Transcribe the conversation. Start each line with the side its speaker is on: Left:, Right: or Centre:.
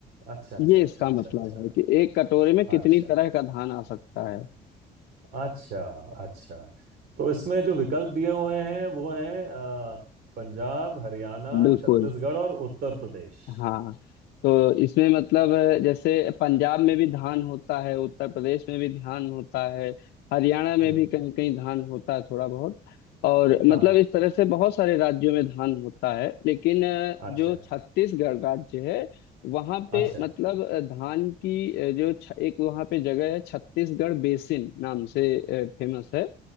Right: अच्छा अच्छा
Left: ये
Right: अच्छा
Left: इसका
Right: अच्छा
Left: मतलब
Right: अच्छा
Left: है कि एक कटोरे में कितनी
Right: अच्छा
Left: तरह का धान आ सकता है
Right: अच्छा अच्छा तो इसमें जो विकल्प दिए हुए हैं वो हैं अ, पंजाब हरियाणा
Left: बिल्कुल
Right: छत्तीसगढ़ और उत्तर प्रदेश
Left: हाँ तो इसमें मतलब अ, जैसे पंजाब में भी धान होता है उत्तर प्रदेश में भी धान होता है हरियाणा में
Right: हम्म
Left: भी कहीं कहीं धान होता है थोड़ा बहुत और मतलब
Right: हाँ
Left: इस तरह से बहुत सारे राज्यों में धान होता है लेकिन अ,
Right: अच्छा
Left: जो छत्तीसगढ़ राज्य है वहाँ पे
Right: अच्छा
Left: मतलब अ, धान की अ, जो छ, एक वहाँ पे जगह है छत्तीसगढ़ बेसिन नाम से फेमस है